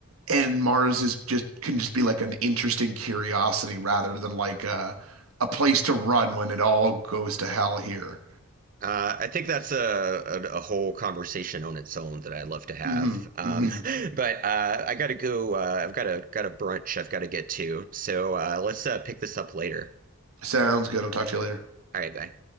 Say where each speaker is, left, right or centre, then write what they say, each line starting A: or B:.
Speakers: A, on the right; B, on the right.
A: And Mars is just can just be like an interesting curiosity rather than like a a place to run when it all goes to hell here.
B: Uh, I think that's a, a, a whole conversation on its own that I love to have.
A: hmm
B: Um,
A: hmm
B: <laughs> but uh, I gotta go. Uh, I've got a got a brunch I've got to get to. So uh, let's uh, pick this up later.
A: Sounds good. I'll talk to you later.
B: All right, bye.